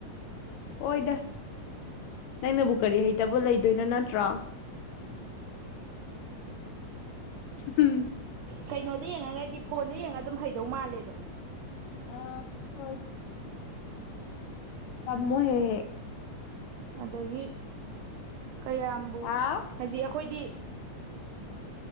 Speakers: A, on the left (about 75°); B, on the right (about 90°).
A: ꯍꯣꯏꯗ ꯅꯪꯅꯕꯨ ꯀꯔꯤ ꯍꯩꯇꯕ ꯂꯩꯗꯣꯏꯅꯣ ꯅꯠꯇ꯭ꯔꯥ ꯎꯝ
B: ꯀꯩꯅꯣꯗ ꯌꯦꯡꯉꯒꯗꯤ ꯐꯣꯟꯗ ꯌꯦꯡꯉꯒ ꯑꯗꯨꯝ ꯍꯩꯗꯧ ꯃꯥꯜꯂꯦꯕ
A: ꯑ ꯍꯣꯏ ꯇꯃꯨ ꯍꯦꯍꯦ
B: ꯑꯗꯒꯤ ꯀꯌꯥꯝꯕꯨ
A: ꯍꯥꯎ
B: ꯍꯥꯏꯗꯤ ꯑꯩꯈꯣꯏꯗꯤ